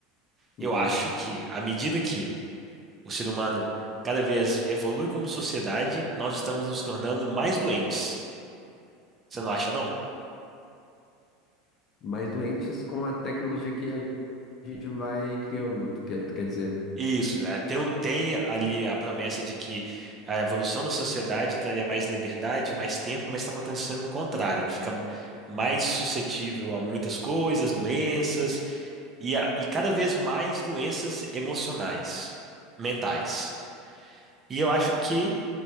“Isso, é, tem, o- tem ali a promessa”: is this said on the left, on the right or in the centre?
Right